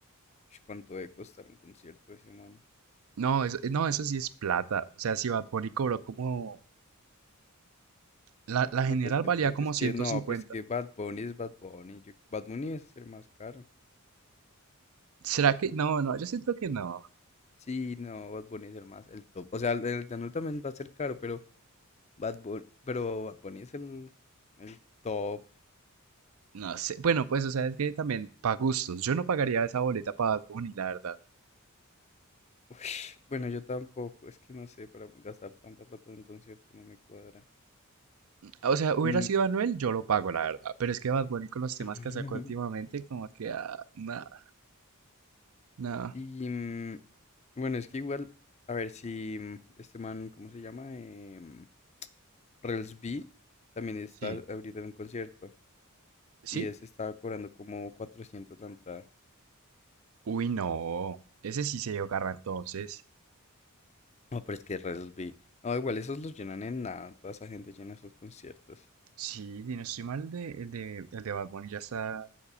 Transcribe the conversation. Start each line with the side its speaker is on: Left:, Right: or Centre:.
Left: Ush, ¿Cuánto debe costar un concierto de ese man?
Right: No, eso, no, eso sí es plata. O sea, si Bad Bunny cobró como... La, la general
Left: No, pero es que
Right: valía
Left: el de,
Right: como
Left: es
Right: ciento
Left: que no,
Right: cincuenta,
Left: pero es que Bad Bunny es Bad Bunny. yo- Bad Bunny es el más caro.
Right: ¿Será que...? No, no, yo siento que no.
Left: Sí, no, Bad Bunny es el más, el top. O sea, el, el de Anuel también va a ser caro, pero Bad Bunny, pero Bad Bunny es el, el top.
Right: No sé. Bueno, pues, o sea, es que también para gustos. Yo no pagaría esa boleta para Bad Bunny, la verdad.
Left: Ush, bueno, yo tampoco, es que no sé, para gastar tanta plata en un concierto no me cuadra.
Right: O sea, hubiera
Left: Mm,
Right: sido Anuel, yo lo pago, la verdad. Pero es que Bad Bunny con los temas
Left: <laughs>
Right: que sacó últimamente, como que... ah, nada, nah.
Left: y, mm, bueno, es que igual, a ver si mm, este man, ¿cómo se llama? Em, Rels B también está
Right: Sí.
Left: ahorita en un concierto
Right: ¿Sí?
Left: y ese estaba cobrando como 400 la entrada.
Right: Uy, no. Ese sí se dio garra entonces.
Left: No, pero es que Rels B. No, igual esos los llenan en nada. Toda esa gente llena esos conciertos.
Right: Sí, si no estoy mal, de, el de, el de Bad Bunny ya está,